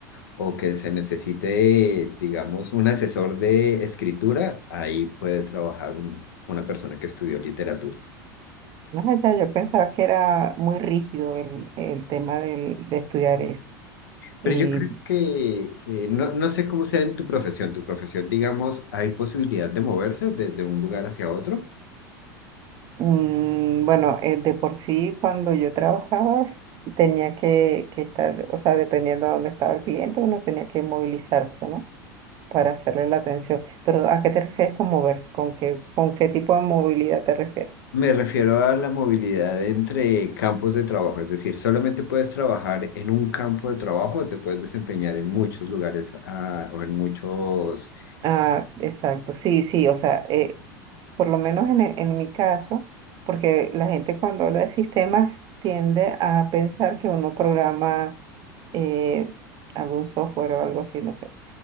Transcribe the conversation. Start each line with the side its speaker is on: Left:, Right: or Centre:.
Left: o que se necesite, digamos, un asesor de escritura, ahí puede trabajar un- una persona que estudió literatura.
Right: No, ya yo pensaba que era muy rígido el, el tema del- de estudiar eso. Y
Left: Pero yo creo que, que no, no sé cómo sea en tu profesión. Tu profesión, digamos, hay posibilidad de moverse desde un lugar hacia otro.
Right: mm, bueno, eh, de por sí cuando yo trabajaba s- tenía que, que estar, o sea, dependiendo de dónde estaba el cliente, uno tenía que movilizarse, ¿no? Para hacerle la atención. Pero ¿a qué te refieres con moverse? ¿Con qué, con qué tipo de movilidad te refieres?
Left: Me refiero a la movilidad entre campos de trabajo, es decir, solamente puedes trabajar en un campo de trabajo o te puedes desempeñar en muchos lugares ah, o en muchos...
Right: Ah, exacto, sí, sí, o sea, eh, por lo menos en, e- en mi caso, porque la gente cuando habla de sistemas tiende a pensar que uno programa eh, algún software o algo así, no sé.